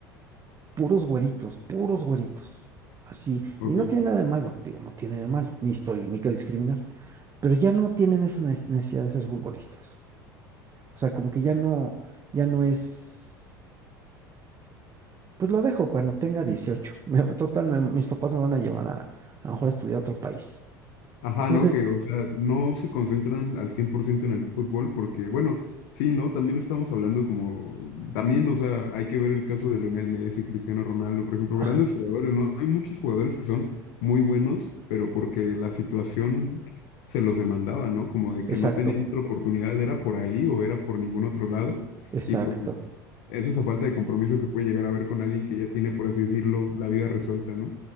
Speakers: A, on the right (about 30°); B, on the left (about 65°).
A: puros güeritos, puros güeritos. Así.
B: ok.
A: Y no tiene nada de malo, digo, no tiene nada de malo, ni estoy, ni quiero discriminar. Pero ya no tienen esa ne- necesidad de ser futbolistas. O sea, como que ya no, ya no es. pues lo dejo cuando tenga 18. Me- total, me- mis papás me van a llevar a, a lo mejor a estudiar a otro país.
B: Ajá,
A: Entonces,
B: ¿no? Que, o sea, no se concentran al 100% en el fútbol porque, bueno, sí, ¿no? También estamos hablando como, también, o sea, hay que ver el caso de Lionel Messi, Cristiano Ronaldo, por ejemplo,
A: ah,
B: grandes jugadores, ¿no? Hay muchos jugadores que son muy buenos, pero porque la situación se los demandaba, ¿no? Como de
A: exacto,
B: que no tenían otra oportunidad, era por ahí o era por ningún otro lado.
A: exacto,
B: Y pues es esa falta de compromiso que puede llegar a haber con alguien que ya tiene, por así decirlo, la vida resuelta, ¿no?